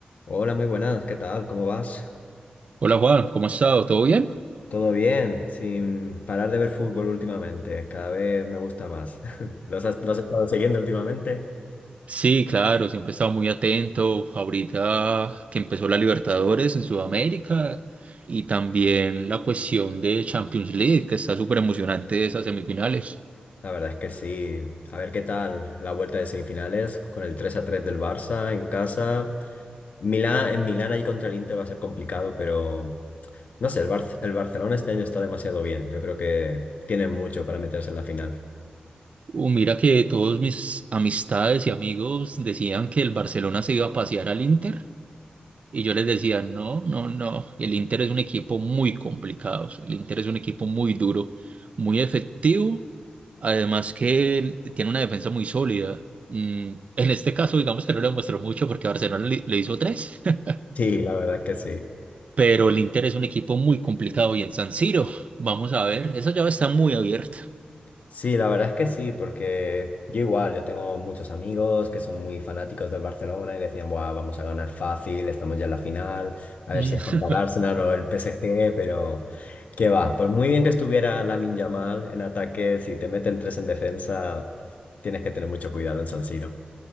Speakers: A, on the left; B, on the right.
A: Hola, muy buenas, ¿qué tal? ¿Cómo vas?
B: Hola Juan, ¿cómo has estado? ¿Todo bien?
A: ¿Todo bien? Sin parar de ver fútbol últimamente, cada vez me gusta más. <laughs> ¿Los has, lo has estado siguiendo últimamente?
B: Sí, claro, siempre he estado muy atento. Ahorita que empezó la Libertadores en Sudamérica y también la cuestión de Champions League, que está súper emocionante esas semifinales.
A: La verdad es que sí. A ver qué tal la vuelta de semifinales con el 3 a 3 del Barça en casa. Milán, en Milán ahí contra el Inter va a ser complicado, pero no sé, el Barce- el Barcelona este año está demasiado bien. Yo creo que tienen mucho para meterse en la final.
B: Uh, mira que todos mis amistades y amigos decían que el Barcelona se iba a pasear al Inter Y yo les decía, no, no, no, el Inter es un equipo muy complicado, o sea, el Inter es un equipo muy duro, muy efectivo, además que él tiene una defensa muy sólida. Mm, En este caso, digamos que no lo demostró mucho porque Barcelona le, le hizo tres, <laughs>
A: Sí, la verdad es que sí.
B: pero el Inter es un equipo muy complicado y en San Siro, vamos a ver, esa llave está muy abierta.
A: Sí, la verdad es que sí, porque yo igual, yo tengo muchos amigos que son muy fanáticos del Barcelona y decían, Buah, vamos a ganar fácil, estamos ya en la final, a ver
B: Mm,
A: si es contra el
B: <laughs>
A: Arsenal o el PSG, pero qué va, por muy bien que estuviera Lamine Yamal en ataque, si te meten tres en defensa, tienes que tener mucho cuidado en San Siro.